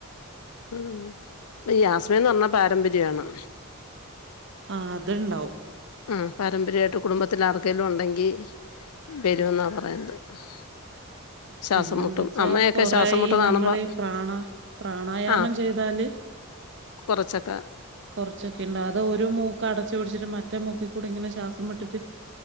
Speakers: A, on the left (about 85°); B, on the right (about 55°).
A: ഉം ഈ ആസ്മന്ന് പറഞ്ഞ പാരമ്പര്യമാണ്
B: ആഹ് അത്ണ്ടാവും
A: ഉം പാരമ്പര്യമായിട്ട് കുടുംബത്തിൽ ആർകേലും ഉണ്ടെങ്കി വരുമെന്നാ പറയുന്നത് <inaudible> ശ്വാസം
B: പിന്നെന്താ
A: മുട്ടും
B: വെച്ചാ
A: അമ്മയൊക്കെ
B: കൊറേ
A: ശ്വാസം മുട്ട്
B: ഈ
A: കാണുമ്പോ
B: നമ്മളീ പ്രാണ പ്രാണായാമം
A: ആഹ്
B: ചെയ്താല്
A: കുറച്ചൊക്കെ
B: കുറച്ചൊക്കെ ഉണ്ട് അത് ഒരു മൂക്ക് അടച്ചു പിടിച്ചിട്ട് മറ്റേ മൂക്കിക്കൂടി ഇങ്ങനെ ശ്വാസം വിട്ടിട്ട്